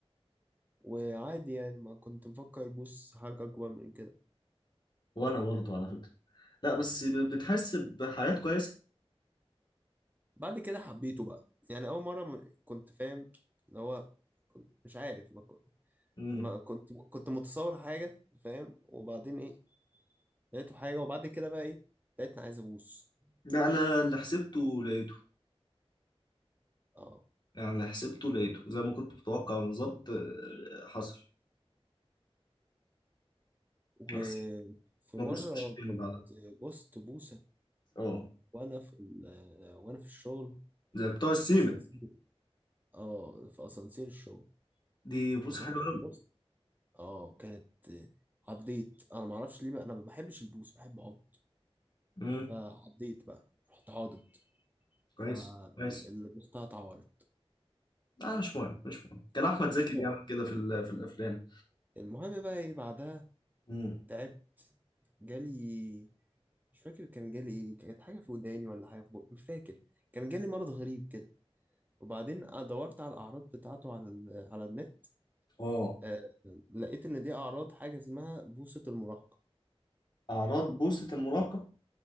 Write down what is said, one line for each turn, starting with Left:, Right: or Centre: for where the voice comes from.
Right: وعادي يعني ما كنت مفكر بوس حاجة أكبر من كده
Left: وانا برضه على فكره لا بس ب- بتحسب حاجات كويسه
Right: بعد كده حبيته بقى يعني أول مرة م- كنت فاهم اللي هو كنت مش عارف ما كنت
Left: امم
Right: ما كنت كنت متصور حاجة فاهم وبعدين إيه لقيته حاجة وبعد كده بقى إيه لقيتني عايز أبوس
Left: لا انا اللي حسبته لقيته
Right: اه
Left: يعني اللي حسبته لقيته زي ما كنت متوقع بالظبط آه، حصل
Right: وفي
Left: بس ما
Right: مرة
Left: بصتش تاني
Right: كنت
Left: بعدها
Right: بوست بوسة
Left: اه
Right: وأنا في ال- وأنا في الشغل
Left: زي بتوع السيمة
Right: أسانسير آه في أسانسير الشغل
Left: دي بص
Right: وبعد
Left: حلوه
Right: ما
Left: قوي
Right: بوست آه كانت عضيت أنا معرفش ليه بقى أنا ما بحبش البوس بحب أعض
Left: امم
Right: فعضيت بقى رحت عاضد فاللي
Left: كويس كويس
Right: بوستها اتعورت
Left: لا مش مهم مش مهم كان احمد
Right: مش
Left: زكي
Right: مهم
Left: بيعمل كده في ال- في الافلام
Right: المهم بقى إيه بعدها
Left: امم
Right: تعبت جالي مش فاكر كان جالي إيه كانت حاجة في وداني ولا حاجة في بقي مش فاكر كان جالي مرض غريب كده وبعدين دورت على الأعراض بتاعته على ال... على النت
Left: اه
Right: آه... لقيت إن دي أعراض حاجة اسمها بوصة المراهقة
Left: اعراض بوسه المراهقه